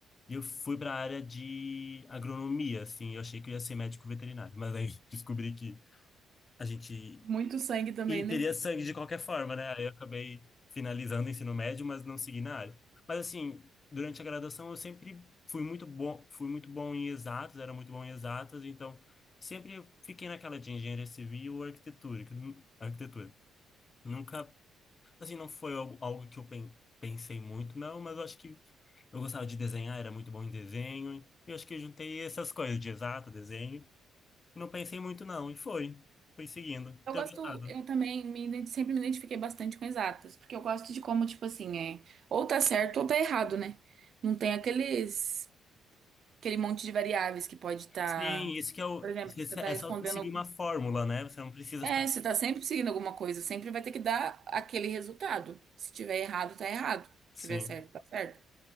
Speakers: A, on the left; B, on the right.
A: E eu fui para a área de agronomia, assim. Eu achei que eu ia ser médico veterinário, mas aí <laughs> descobri que a gente
B: <laughs> Muito sangue também,
A: e teria
B: né?
A: sangue de qualquer forma, né? Aí eu acabei finalizando o ensino médio, mas não segui na área. Mas assim, durante a graduação eu sempre fui muito bom, fui muito bom em exatas, era muito bom em exatas, então sempre eu fiquei naquela de engenharia civil ou arquitetura, que nu- arquitetura. Nunca, assim, não foi algo, algo que eu pen- pensei muito, não, mas eu acho que eu gostava de desenhar, era muito bom em desenho. E eu acho que eu juntei essas coisas de exata, desenho, não pensei muito não, e foi, foi seguindo.
B: Eu
A: E Tenho
B: gosto,
A: gostado.
B: eu também me ident- sempre me identifiquei bastante com exatas, porque eu gosto de como, tipo assim, é, ou tá certo ou tá errado, né? Não tem aqueles aquele monte de variáveis que pode estar.
A: Sim, isso que é o.
B: Por exemplo,
A: essa
B: você está
A: É
B: respondendo.
A: você seguir uma fórmula, né? Você não precisa
B: É,
A: ficar.
B: você está sempre seguindo alguma coisa, sempre vai ter que dar aquele resultado. Se tiver errado, tá errado.
A: Sim,
B: Se tiver certo, tá certo.